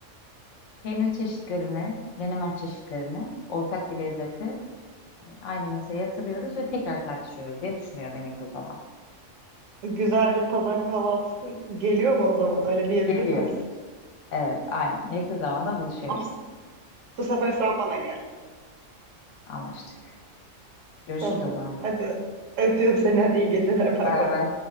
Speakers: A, on the left (about 70°); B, on the right (about 75°).
A: Peynir çeşitlerini, menemen çeşitlerini, ortak bir lezzeti e, aynı masaya yatırıyoruz ve tekrar tartışıyoruz diye düşünüyorum en yakın zamanda.
B: Güzel bir pazar kahvaltısı geliyor mu o zaman? Öyle diyebilir
A: Geliyor.
B: miyiz?
A: Evet, aynen. Yakın zamanda buluşuyoruz.
B: Ama bu sefer sen bana gel.
A: Anlaştık. Görüşürüz
B: Tamam.
A: o zaman.
B: Hadi öpüyorum seni. Hadi iyi geceler. Bay
A: Bay
B: bay.
A: bay.